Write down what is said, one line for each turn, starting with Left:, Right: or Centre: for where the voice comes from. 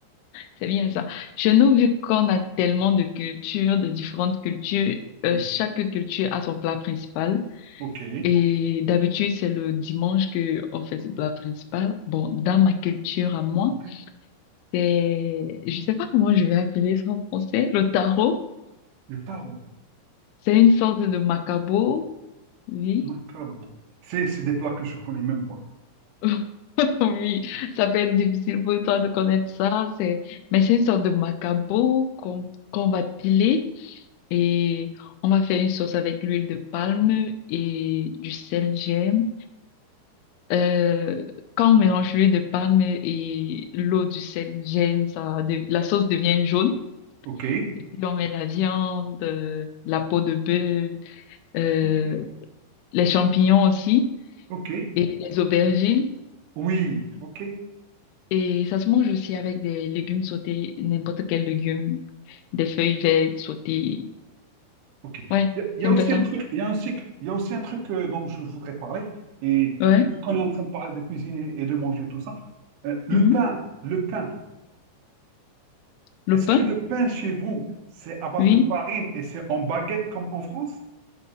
Left: c'est bien ça. Chez nous, vu qu'on a tellement de cultures, de différentes cultures, euh,
Right: Oui,
Left: chaque culture a son plat principal.
Right: ok.
Left: Et d'habitude, c'est le dimanche que on fait ce plat principal. Bon, dans ma culture à moi,
Right: Ok.
Left: c'est, je sais pas comment je vais appeler ça en français, le taro.
Right: Le taro,
Left: C'est une sorte de macabo, oui.
Right: macabo. C'est c'est des plats que je connais même pas.
Left: <laughs> Oui, ça peut être difficile pour toi de connaître ça, c'est, mais c'est une sorte de macabo qu'on qu'on va piler et on va faire une sauce avec l'huile de palme et du sel gemme. Euh, quand on mélange l'huile de palme et l'eau du sel gemme, ça, de- la sauce devient jaune.
Right: Ok,
Left: Et puis on met la viande, euh, la peau de bœuf, euh,
Right: ok,
Left: les champignons aussi
Right: ok.
Left: et les aubergines.
Right: Oui, ok.
Left: Et ça se mange aussi avec des légumes sautés, n'importe quel légume, des feuilles vertes sautées.
Right: Ok.
Left: Ouais,
Right: Il y, a il
Left: c'est
Right: y a
Left: un
Right: aussi
Left: peu ça.
Right: un truc, il y a un cycle- il y a aussi un truc euh, dont je voudrais parler. Et
Left: Ouais.
Right: vu qu'on est en train de parler de cuisine et de manger tout ça, euh, le
Left: Mhm.
Right: pain, le pain.
Left: Le
Right: Est-ce
Left: pain?
Right: que le pain chez vous, c'est à base
Left: Oui.
Right: de farine et c'est en baguette comme en France?